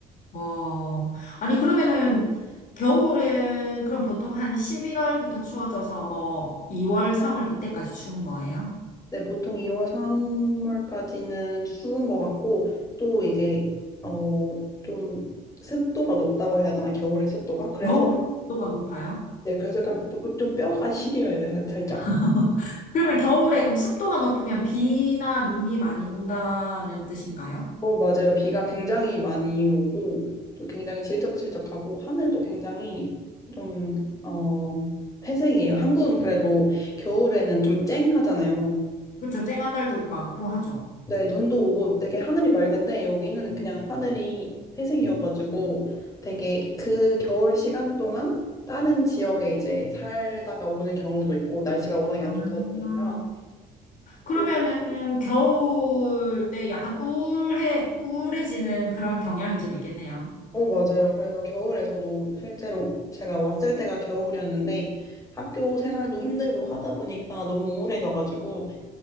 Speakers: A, on the left (about 50°); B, on the left (about 20°).
A: 어, 아니, 그러면은, 겨울은, 그럼 보통 한 11월부터 추워져서 뭐, 2월, 3월 이때까지 추운 거예요?
B: 네, 보통 2월, 3월까지는 추운 것 같고 또 이제 어, 좀 습도가 높다고 해야 되나? 겨울의 습도가? 그래서
A: 겨울 습도가 높아요?
B: 네, 그래서 약간 좀 뼈가 시려요, 살짝.
A: <laughs> 그러면 겨울에 그럼 습도가 높으면 비나 눈이 많이 온다는 뜻인가요?
B: 어, 맞아요. 비가 굉장히 많이 오고, 또 굉장히 질척질척하고, 하늘도 굉장히 좀, 어, 회색이에요. 한국은 그래도 겨울에는 좀 쨍하잖아요.
A: 그렇죠. 쨍한 날도 많고 하죠.
B: 네, 눈도 오고 되게 하늘이 맑은데, 여기는
A: 음.
B: 그냥 하늘이 회색이어가지고, 되게 그 겨울 시간 동안 다른 지역에 이제 살다가 오는 경우도 있고, 날씨가 워낙에
A: 아,
B: 안 좋다 보니까,
A: 그러면은
B: 또
A: 겨울 때 약간 우울해, 우울해지는 그런 경향이 좀 있겠네요.
B: 어, 맞아요. 그래서 겨울에 저도 실제로 제가 왔을 때가 겨울이었는데 학교 생활도 힘들고 하다 보니까 너무 우울해져가지고